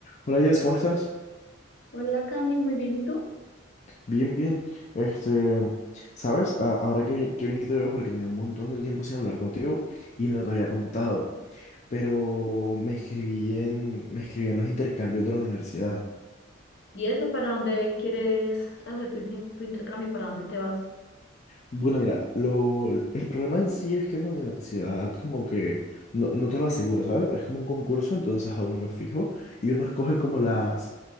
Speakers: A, on the left; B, on the left.
A: Hola Jess, ¿cómo estás?
B: Hola Cami, muy bien, ¿y tú?
A: Bien, bien. Este, ¿sabes? A- Ahora qué bien, qué bien que te veo porque tenía un montón de tiempo sin hablar contigo y no te había contado. Pero me escribí en, me escribí en los intercambios de la universidad.
B: ¿Y eso para dónde quieres hacer tu, inter- tu intercambio? ¿Para dónde te vas?
A: Bueno, mira, lo, el problema en sí es que la universidad como que no, no te lo asegura, ¿sabes? Es como un concurso, entonces aún no es fijo y uno escoge como las,